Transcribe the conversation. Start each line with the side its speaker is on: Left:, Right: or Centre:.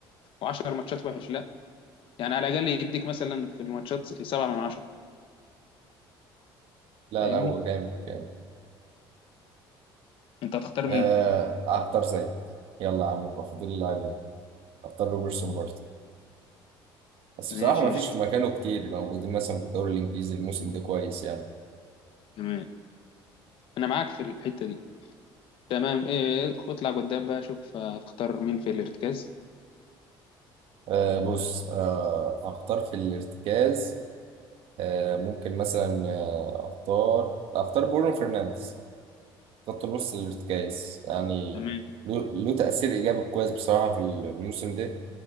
Left: و10 ماتشات وحش لا يعني على الاقل يديك مثلا في الماتشات 7 من 10
Right: لا
Left: فاهمني
Right: لا هو جامد جامد
Left: انت هتختار
Right: آه
Left: مين
Right: اختار زي يلا يا عم يبقى فاضل لي لاعبين اختار روبرتسون برضه بس
Left: ماشي
Right: بصراحه ما
Left: قشطة
Right: فيش في مكانه كتير موجودين مثلا في الدوري الانجليزي الموسم ده كويس يعني
Left: تمام انا معاك في الحتة دي تمام ايه اطلع قدام بقى شوف هتختار مين في الارتكاز
Right: آه بص آه هختار في الارتكاز آه، ممكن مثلا آه، اختار اختار برونو فرنانديز خط النص الارتكاز يعني
Left: تمام
Right: له له تأثير إيجابي كويس بصراحة في الموسم ده